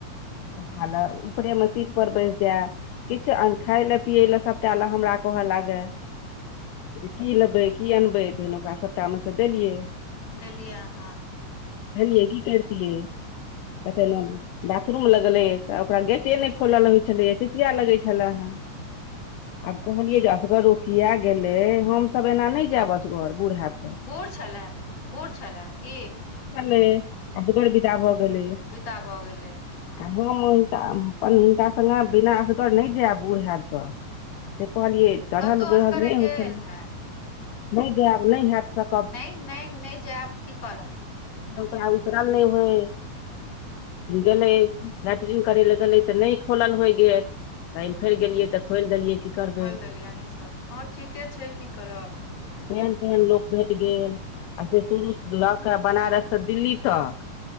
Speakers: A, on the left; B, on the left.
A: भाले उपरे मे सीट पर बैस जे- किछु अन्न खाय ले, पिये ले, सभटा ले, हमरा कह लागे। जे की लेबै, की अनबै, तहन ओकरा सभटा में स देलिय।
B: देल लिए अहां।
A: भेलिय की करतिये तखन हम बाथरूम लगलै, तऽ ओकरा गेटे नहि खोलल होय छलये, चिचिया लगै छले हें। आब कहलियै जे असगर ओ किये गेलय, हम सब एना नहि जायब असगर बुढ़ब हेब
B: बूढ़ छले- बूढ़ छले ओ कि
A: छलय असगर विदा भऽ गेल
B: बिदा भऽ गेलय
A: हम हुनका, अपन हुनका संगे, बिना असगर नहि जेब बुढ़ हेब त। से कहलियै, चढ़ल
B: कतहु
A: बढ़ल
B: असगरे
A: नहि होइ
B: गेल
A: छलै,
B: हैत
A: नहि जायब नहि हेत त
B: नहि- नहि- नहि जायब की करब।
A: ओकरा उतरल नहि होय गेलै लेट्रिंग करै ले गेलै, तऽ नहि खोलल होय गेत तहन फेर गेलिय, तऽ खोलि देलियै की करबै
B: खोलि देलियै अहीं सब, हँ ठीके छै की करब
A: केहन तेहन लोक भेट गेल, आ से शुरू स लक बनारससँ दिल्ली तक